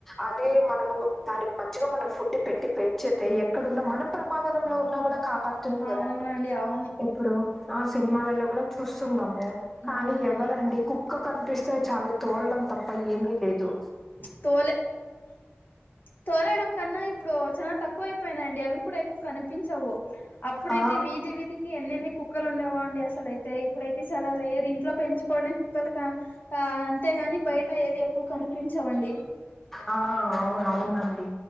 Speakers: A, in the centre; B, on the left (about 45°).
A: అదే మనము దానికి మంచిగా మనం ఫుడ్ పెట్టి పెంచేతే ఎక్కడున్న మనం ప్రమాదంలో ఉన్నా కూడా కాపాడుతుంది కదండి
B: అవునండి అవును
A: ఇప్పుడు ఆ సినిమాలలో కూడా చూస్తున్నాము కానీ
B: అవునండి
A: ఎవరండి కు కుక్క కనిపిస్తే చాలు తోలడం తప్ప ఏమీ లేదు
B: తోలె తొలేయడం కన్నా ఇప్పుడు చాలా తక్కువ అయిపోయినాయి అండి అవి కూడా ఎక్కువ కనిపించవు అప్పుడైతే
A: ఆ
B: వీధి వీధి ఎన్నెన్ని కుక్కలు ఉండేవో అండి, అసలైతే ఇప్పుడైతే చాలా రేర్! ఇంట్లో పెంచుకోనే కుక్కలకా. ఆ అంతేగాని బయట ఏవి ఎక్కువ కనిపించవండి
A: ఆ అవున అవునండి